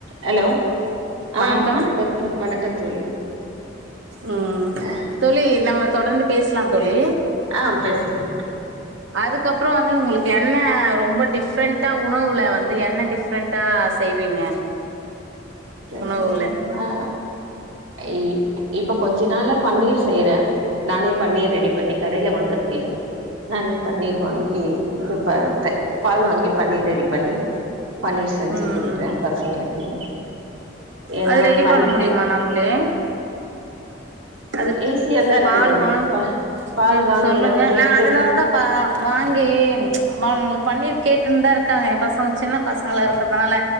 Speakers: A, on the right; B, on the right.
A: hello
B: வணக்கம்
A: ஆ வணக்க தோ வணக்கம் தோழி
B: ம்
A: ஆ
B: தோழி நம்ம தொடர்ந்து பேசலா தோழி
A: ஆ பேசலா
B: அதுக்கப்புற வந்து உங்களுக்கு என்ன ரொம்ப டிஃப்ரெண்டா உணவுல வந்து என்ன டிஃப்ரெண் டா செய்வீங்க
A: ரென்ட்டானா
B: உணவுல
A: இ இப்ப கொஞ்ச நாள பன்னீர் செய்றே நானே பன்னீர் ரெடி பண்ணி கடைல வாங்குறது இல்ல நானே பன்னீர் வாங்கி இது பாத்தே பால் வாங்கி பன்னீர் ரெடி பண்ணி பன்னீர் செஞ்சு
B: ம்
A: குடுக்குறே
B: ம்
A: பசங்களுக்கு ஏன்னா
B: அது ரெடி
A: பன்
B: பண்ண முடியுமா நம்மளே அது
A: ஈஸியாதா இருக்குதுங்க
B: பால் வாங்
A: பா பால்
B: ம்
A: வாங்கி
B: சொல்லுங்க
A: ஒரு லிட்ரு
B: நா அதனாலதா பா வாங்கி அவன்னுங்களுக் பன்னீர் கேட்டுந்தா இருக்காங்க எ பசங்க சின்ன பசங்களா இருக்கற்துனால